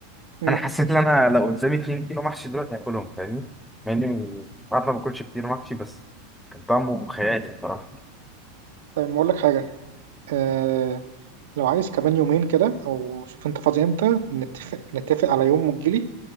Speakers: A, on the right; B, in the centre.
A: امم
B: انا حسيت ان انا لو قدامي 2 كيلو محشي دلوقتي هاكلهم فاهمني مع اني عارف ما باكلش كتير محشي بس كان طعمه خيالي بصراحه
A: طيب ما اقول لك حاجه آه لو عايز كمان يومين كده او شوف انت فاضي امتى نتفق نتفق على يوم وتجيلي